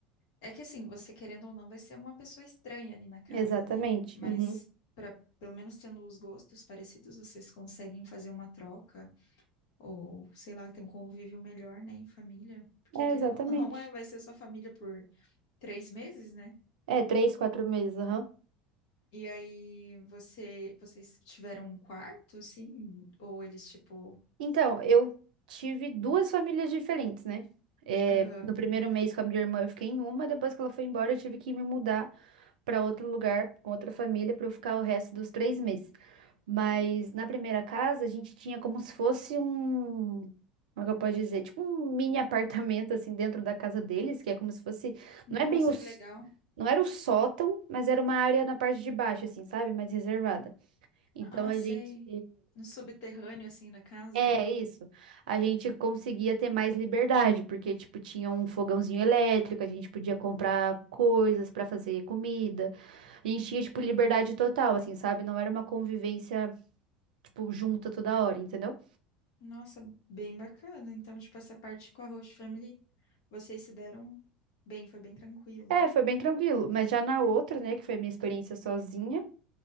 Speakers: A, on the left (about 60°); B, on the right (about 70°).
A: É que assim, você querendo ou não, vai ser uma pessoa estranha ali na casa,
B: Exatamente.
A: né? Mas
B: Uhum.
A: para pelo menos tendo os gostos parecidos, vocês conseguem fazer uma troca ou sei lá, ter um convívio melhor, né, em família. Porque
B: É,
A: querendo
B: exatamente.
A: ou não, <laughs> é, vai ser sua família por três meses, né?
B: É, três, quatro meses, aham.
A: E aí você, vocês tiveram um quarto, sim Ou eles tipo,
B: Então, eu tive duas famílias diferentes, né? É,
A: aham,
B: no primeiro mês com a minha irmã eu fiquei em uma, depois que ela foi embora eu tive que me mudar pra outro lugar, com outra família, pra eu ficar o resto dos três meses. Mas na primeira casa a gente tinha como se fosse um. Como é que eu posso dizer? Tipo um mini <laughs> apartamento, assim, dentro da casa deles, que é como se fosse.
A: Nossa,
B: Não é bem os.
A: que legal.
B: Não era o sótão, mas era uma área na parte de baixo, assim, sabe? Mais reservada. Então
A: Ah,
B: a
A: sei.
B: gente.
A: No subterrâneo assim da casa.
B: É isso. A gente conseguia ter mais liberdade, porque, tipo, tinha um fogãozinho elétrico, a gente podia comprar coisas pra fazer comida. A gente tinha, tipo, liberdade total, assim, sabe? Não era uma convivência, tipo, junta toda hora, entendeu?
A: Nossa, bem bacana. Então, tipo, essa parte com a Host Family, vocês se deram bem, foi bem tranquilo.
B: É, foi bem tranquilo. Mas já na outra, né, que foi a minha experiência sozinha.